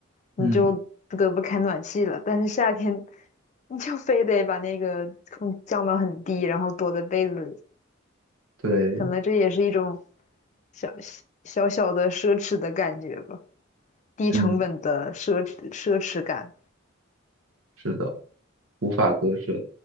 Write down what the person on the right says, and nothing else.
嗯，
对，
嗯，是的，无法割舍。